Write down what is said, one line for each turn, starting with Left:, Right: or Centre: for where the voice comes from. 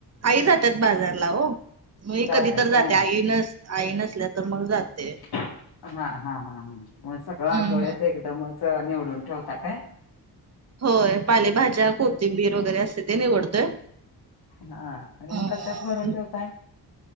Right: आई जात्यात बाजारला ओ मी
Left: जातात
Right: कधी तर
Left: व्हय
Right: जात्या आई नस आई नसल्या तर मग जाते
Left: हा हा हा ह मग सगळं आठवड्याच
Right: हम्म
Left: एकदमच निवडून ठेवता काय
Right: होय पालेभाज्या कोथिंबीर वगैरे असते ते निवडतोय
Left: हा आणि
Right: हम्म.
Left: मग कशात भरून ठेवताय